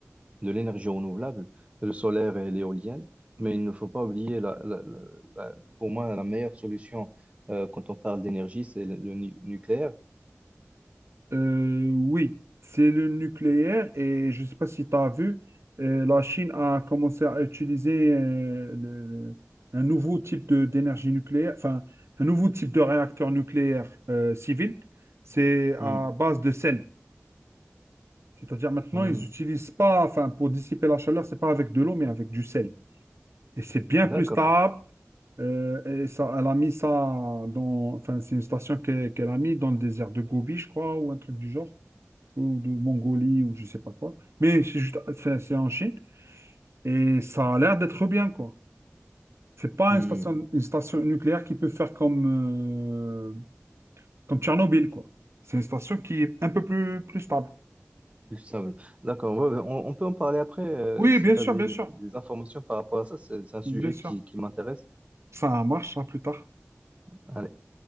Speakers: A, on the right; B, on the right.
A: de l'énergie renouvelable, le solaire et l'éolienne,
B: Mm.
A: mais il ne faut pas oublier, la, la- la- la- pour moi, la meilleure solution euh, quand on parle d'énergie, c'est le, le nu- nucléaire.
B: Euh, oui, c'est le nucléaire et je ne sais pas si tu as vu, euh, la Chine a commencé à utiliser euh, le- un nouveau type de- d'énergie nucléaire, enfin un nouveau type de réacteur nucléaire euh, civil. C'est à
A: Hmm,
B: base de sel. C'est-à-dire maintenant,
A: hmm,
B: ils n'utilisent pas, enfin pour dissiper la chaleur, c'est pas avec de l'eau, mais avec du sel. Et c'est bien plus
A: D'accord.
B: stable. Euh, et ça, elle a mis ça dans, enfin c'est une station que- qu'elle a mis dans le désert de Gobi, je crois, ou un truc du genre ou de Mongolie ou je sais pas quoi. Mais c'est juste, c'est c'est en Chine et ça a l'air d'être bien quoi. C'est pas
A: Hmm,
B: une station, une station nucléaire qui peut faire comme euh, comme Tchernobyl quoi. C'est une station qui est un peu plus plus stable.
A: le sable. D'accord. Ouais, ouais, on, on peut en parler après euh,
B: Oui,
A: si
B: bien
A: tu
B: sûr,
A: as des,
B: bien
A: des
B: sûr,
A: informations par rapport à ça. C'est c'est un sujet
B: bien sûr.
A: qui, qui m'intéresse.
B: Ça marche, ça, plus tard.
A: Allez.